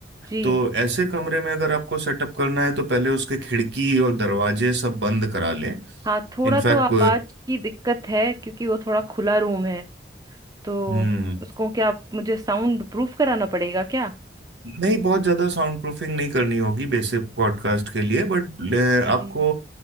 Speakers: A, on the right; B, on the right.
A: जी
B: तो ऐसे कमरे में अगर आपको सेटअप करना है तो पहले उसके खिड़की और दरवाजे सब बंद करा लें
A: हाँ थोड़ा
B: इनफैक्ट
A: तो आवाज की दिक्कत है क्योंकि वो थोड़ा खुला रूम है तो
B: हम्म,
A: उसको क्या आप- मुझे साउंड प्रूफ कराना पड़ेगा क्या
B: नहीं बहुत ज़्यादा साउंड प्रूफिंग नहीं करनी होगी बेसिक पॉडकास्ट के लिए बट
A: जी
B: आपको